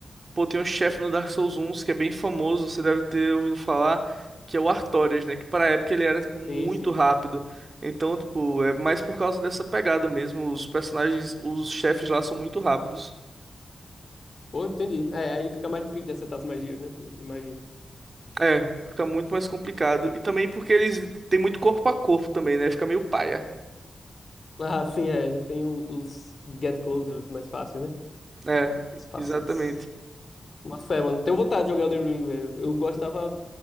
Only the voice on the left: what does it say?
Sim, sim.
Pô, entendi. É, aí fica mais difícil de acertar as magias, né? Imagino.
Ah, sim, é. Eles têm o- os Get Closers mais fáceis, né?
Os fáceis.
Boto fé, mano. Tenho vontade de jogar o The Ring, velho. Eu gostava.